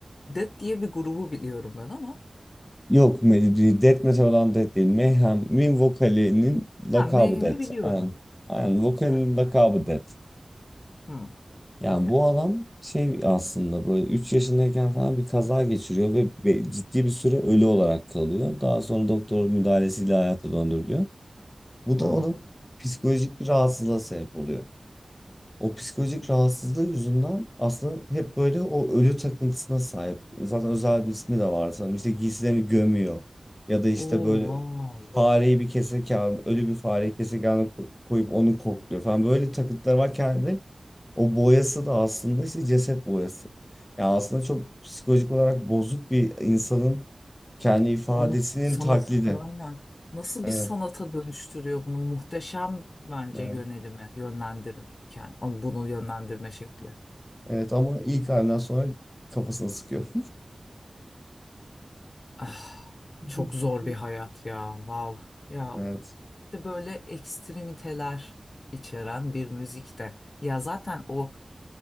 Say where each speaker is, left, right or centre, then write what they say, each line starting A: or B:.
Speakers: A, on the left (about 65°); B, on the left (about 15°).
A: Death diye bir grubu biliyorum ben ama
B: Yok, me- Death Metal olan Death değil. Mayhem'in vokalinin
A: Ha,
B: lakabı
A: Mayhem'i
B: Death.
A: biliyorum.
B: Aynen. Aynen. Vokalinin
A: Evet.
B: lakabı Death.
A: Hmm.
B: Yani
A: Okay.
B: bu adam şey aslında böyle 3 yaşındayken falan bir kaza geçiriyor ve ve ciddi bir süre ölü olarak kalıyor. Daha sonra doktor müdahalesiyle hayata döndürülüyor. Bu
A: Wow.
B: da onun psikolojik bir rahatsızlığa sebep oluyor. O psikolojik rahatsızlığı yüzünden aslında hep böyle o ölü takıntısına sahip. Zaten özel bir ismi de var sanırım. İşte giysilerini gömüyor. Ya da işte
A: Oh,
B: böyle
A: wow.
B: fareyi bir kesek keserken, ölü bir fareyi keserken ko- koyup onu kokluyor falan. Böyle takıntılar var kendi. O boyası da aslında işte ceset boyası. Yani aslında çok psikolojik olarak bozuk bir insanın kendi ifadesinin
A: Bunu sanat,
B: taklidi.
A: aynen. Nasıl
B: Evet,
A: bir sanata dönüştürüyor bunu? Muhteşem bence
B: evet.
A: yönelimi, yönlendirirken. Ama Bunu yönlendirme şekli.
B: Evet ama ilk halinden sonra kafasını sıkıyor.
A: Ah,
B: <laughs>
A: çok zor bir hayat ya. Wow. Ya
B: Evet.
A: işte böyle ekstremiteler içeren bir müzik de. Ya zaten o